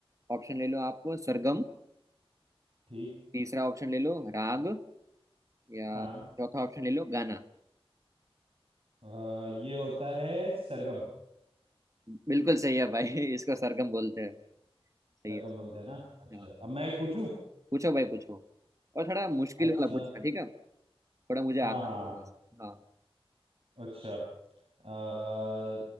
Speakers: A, on the right; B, on the right.
A: ऑप्शन ले लो आप सरगम
B: ठीक
A: तीसरा ऑप्शन ले लो राग या
B: हाँ
A: चौथा ऑप्शन ले लो गाना
B: अ, ये होता है सरगम
A: बिल्कुल सही है भाई <laughs> इसको सरगम बोलते हैं सही
B: सरगम
A: है
B: बोलते हैं ना अच्छा
A: हाँ
B: अब मैं एक पूछूं
A: पूछो भाई पूछो और थोड़ा मुश्किल
B: अच्छा
A: वाला पूछना ठीक है थोड़ा मुझे
B: हाँ
A: आता
B: हाँ
A: है वो बस हाँ
B: अच्छा आ,